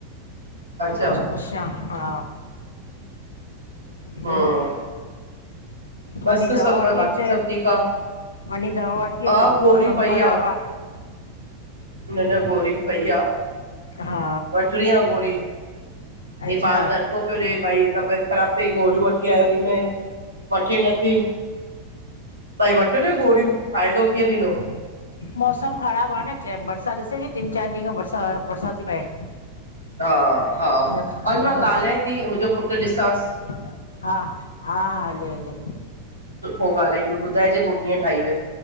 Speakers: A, on the right; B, on the left.
A: अच्छा
B: मां चयमयं पुछां? हा
A: हम्म
B: ॿियो?
A: बसि
B: वञी दवा
A: सभु
B: वठी
A: बाक़ी
B: अचे।
A: सभु ठीकु आहे
B: वञी दवा वठी
A: हा
B: अच,
A: गोरी
B: मौसम
A: पई
B: ख़राब
A: आहे
B: आ।
A: न, न गोरी बि पई आह।
B: हा
A: वठणी आ गोरी, ही
B: अच्छा
A: पाण धॾिको पियो ॾिए भई तबियत ख़राबु थई गोरियूं वठी आयो थी मए वठे नथी भाई वठु न गोरियूं फ़ाइदो कीअं थींदो।
B: मौसम ख़राब आ न, बरसात ॾिसे थी टिन चारि ॾींहं खां बरसा, बरसात थी पए।
A: हा, हा
B: इन
A: हल
B: इन
A: मां
B: खां
A: ॻाल्हायां थी मुंहिंजो पुटु ॾिसांस।
B: हा, हा, हा हले, हले।
A: सु पोइ ॻाल्हाईं ॿुधाइजे पोइ कीअं ठाई वय।